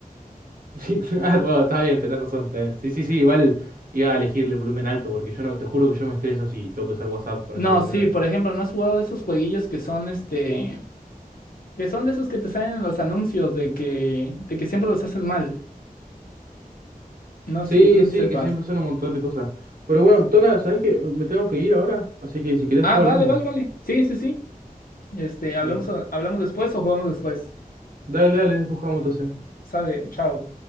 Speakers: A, on the right; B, on the left.
A: Sí, ah, bueno, está bien, tenés razón, tenés- Sí, sí, sí, igual iba a elegir el volumen alto, porque yo no, te juro que yo me estreso si toco usar WhatsApp con
B: No,
A: el volumen
B: sí,
A: alto.
B: por ejemplo, ¿no has jugado de esos jueguillos que son este, que son de esos que te salen en los anuncios de que, de que siempre los hacen mal? No,
A: Sí,
B: si, no sé
A: sí,
B: si sepas.
A: que siempre son un montón de cosas. Pero bueno, Tona, ¿sabés qué? Me me tengo que ir ahora, así que si querés
B: Ah,
A: después
B: vale,
A: hablamos.
B: vale, vale. Sí, sí, sí. Este, hablamos,
A: Eh,
B: hablamos después o jugamos después.
A: dale, dale, después jugamos entonces.
B: Sale, chao.